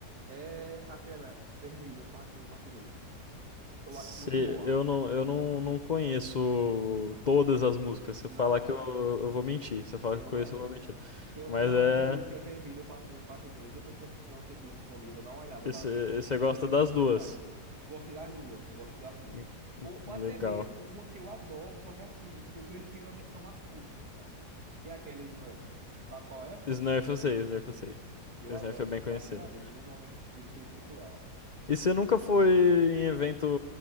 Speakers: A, on the right; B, on the left.
A: é aquela Vermilion, parte um, parte 2. Eu
B: Se,
A: acho muito boa.
B: eu não, eu não, não conheço todas as músicas. Se
A: Não,
B: eu falar que eu, eu vou mentir. Se eu falar
A: Tem
B: que eu
A: uma,
B: conheço,
A: <laughs>
B: eu vou mentir.
A: tem,
B: Mas
A: tem uma
B: é.
A: música deles que é vermelho, parte Um e parte 2. Depois, quando tiver um tempinho disponível, dá uma olhada
B: Esse,
A: lá no YouTube
B: você
A: ou
B: gosta
A: até mesmo
B: das
A: no Spotify.
B: duas.
A: Gosto das duas, gosto das duas.
B: Hum, hum,
A: Ou,
B: Legal.
A: ou até mesmo uma que eu adoro, só que assim, eu prefiro a versão acústica, que é aquela Snuff. Sabe qual é?
B: Snurf eu sei, Snurf eu sei.
A: Eu
B: Snurf
A: adoro
B: é
A: escutar
B: bem conhecida.
A: aquela ali. Nos meus momentos tristes, eu escuto ela.
B: E você nunca foi em evento